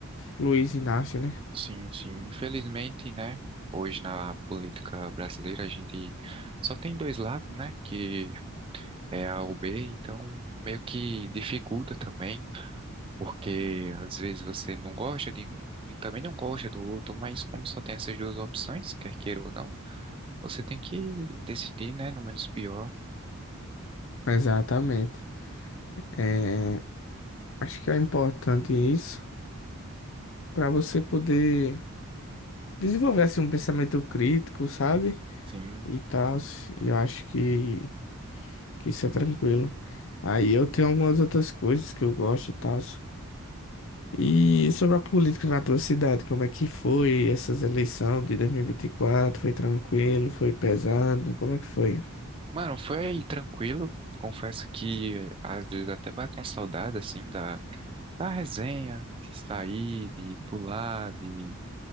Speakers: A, on the left; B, on the right.
A: Luiz Inácio, né?
B: Sim, sim. Infelizmente, né? Hoje na política brasileira a gente só tem dois lados, né? Que é A ou B, então meio que dificulta também, porque às vezes você não gosta de um e também não gosta do outro, mas como só tem essas duas opções, quer queira ou não, você tem que decidir, né? No menos pior.
A: Exatamente. É, acho que é importante isso para você poder desenvolver assim, um pensamento crítico, sabe?
B: Sim.
A: E tal. E eu acho que, que isso é tranquilo. Aí eu tenho algumas outras coisas que eu gosto e tal. E sobre a política na tua cidade, como é que foi essas eleições de 2024? Foi tranquilo? Foi pesado? Como é que foi?
B: Mano, foi tranquilo. Confesso que eh, às vezes até bate uma saudade, assim, da da resenha, de sair, de pular, de,